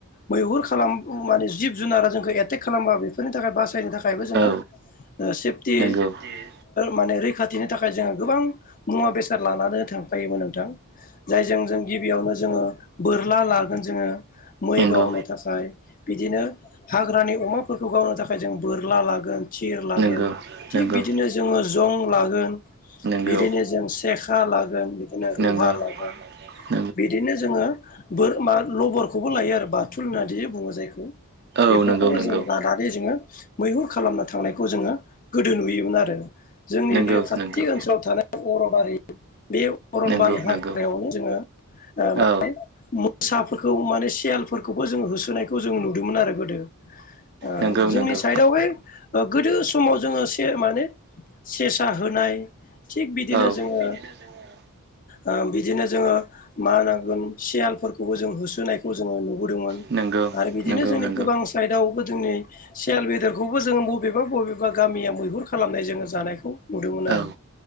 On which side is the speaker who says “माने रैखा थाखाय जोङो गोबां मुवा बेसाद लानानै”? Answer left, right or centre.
Left